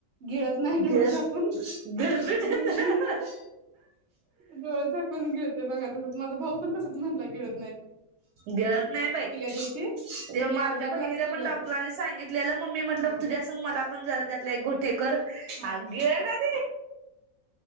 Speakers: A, on the right; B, on the right.
A: गळत नाही. डोळ
B: गिळत
A: झाकून
B: गिळबिळत
A: -गिळतो डोळ झाकून गिळते बघ आता माझा माझा भाऊ पण तसच म्हणला गेळत.
B: गिळत नाही बाई.
A: दिवशी
B: ते
A: त्यानी
B: मग आमच्या
A: अर्धा
B: बहिणीला
A: ग्लास पिलं
B: पण डॉक्टरांनी सांगितलेलं मंग मी म्हटल
A: ह
B: तुझ्यासंग मला पण जरा त्यातलाएक घोट- ते कर-
A: हा
B: अगं गिळ ना -